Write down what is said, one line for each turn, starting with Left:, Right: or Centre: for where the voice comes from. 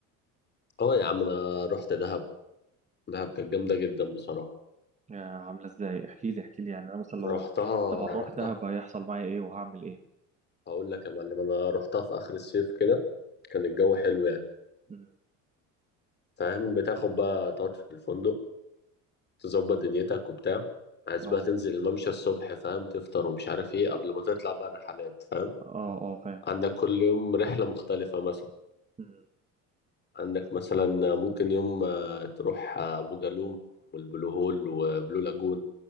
Left: اه يا عم انا رحت دهب دهب كانت جامده جدا بصراحه
Right: يا عامله ازاي احكي لي احكي لي يعني انا مثلا لو
Left: رحتها
Right: لو هروح
Left: رحتها
Right: دهب هيحصل معايا ايه وهعمل ايه
Left: هقول لك يا معلم انا رحتها في اخر الصيف كده كان الجو حلو يعني
Right: مم.
Left: فاهم بتاخد بقى تقعد في الفندق تظبط دنيتك وبتاع عايز
Right: اه
Left: بقى تنزل الممشى الصبح فاهم تفطر ومش عارف ايه قبل ما تطلع بقى الرحلات فاهم
Right: اه اه فاهم
Left: عندك كل يوم رحلة مختلفة مثلا
Right: مم.
Left: عندك مثلا ممكن يوم آه، تروح آه، أبو جالوم والبلو هول وبلو لاجون